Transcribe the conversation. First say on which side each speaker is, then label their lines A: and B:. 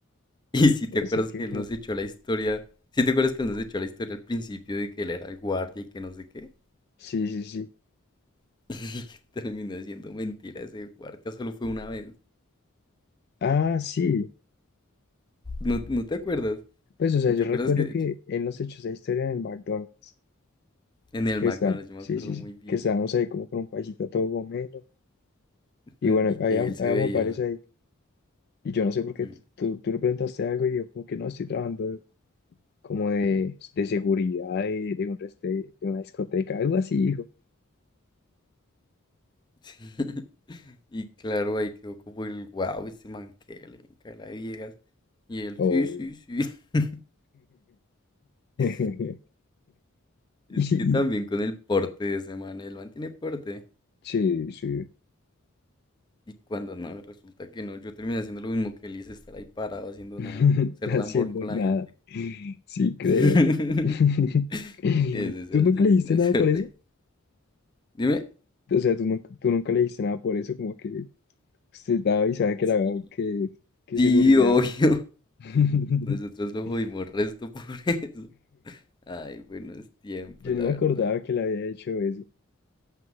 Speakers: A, on the left (about 20°); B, on the left (about 50°).
A: Y si
B: pues
A: te acuerdas
B: es que
A: que
B: dije,
A: él nos echó la historia, si te acuerdas que él nos echó la historia al principio de que él era el guardia y que no sé qué,
B: sí, sí, sí.
A: <laughs> y que terminó siendo mentira ese guardia, solo fue una vez.
B: Ah, sí.
A: ¿No, no te acuerdas?
B: Pues, o sea,
A: ¿No
B: yo
A: ¿Te
B: recuerdo
A: acuerdas que
B: que él nos echó esa historia en el McDonald's.
A: En el
B: Que
A: McDonald's,
B: está,
A: yo me
B: sí,
A: acuerdo
B: sí,
A: muy
B: sí.
A: bien.
B: Que estábamos ahí como con un paisito todo gomelo.
A: <laughs>
B: Y bueno,
A: Y que
B: había-
A: ahí él se
B: habíamos
A: veía.
B: varios ahí. Y yo no sé por qué
A: mm,
B: tú, tú, tú le preguntaste algo y yo como que no estoy trabajando como de, de seguridad de, de un rest- de, una discoteca, algo así, hijo.
A: <laughs> sí. Y claro, ahí quedó como el wow, este man que le encae la viejas. Y él,
B: Obvio.
A: sí, sí, sí. <laughs>
B: <laughs>
A: Es es
B: Y-
A: que también con el porte de ese man, el man tiene porte.
B: Sí, sí.
A: Y cuando no, resulta que no, yo terminé haciendo lo mismo que él y hice, estar ahí parado haciendo
B: <laughs>
A: nada, ser
B: Haciendo
A: lamborn con la
B: nada.
A: gente.
B: Sí, creo.
A: <laughs>
B: <laughs>
A: Eso,
B: ¿Tú
A: eso,
B: nunca
A: eso,
B: le dijiste
A: me hace
B: nada por eso?
A: reír. Dime,
B: O sea, ¿tú nunca, tú nunca le dijiste nada por eso? Como que usted daba y sabe que
A: sí,
B: la que, que
A: sí,
B: seguridad.
A: obvio.
B: hay. <laughs>
A: Nosotros lo jodimos resto por <laughs> eso. Ay, buenos tiempos,
B: Yo
A: la
B: ni me
A: verdad.
B: acordaba que le había hecho eso.